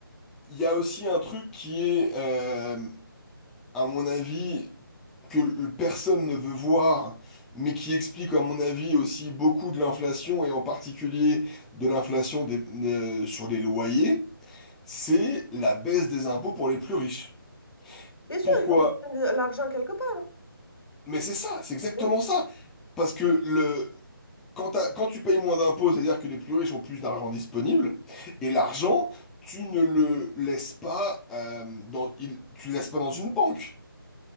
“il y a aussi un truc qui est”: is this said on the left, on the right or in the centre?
Centre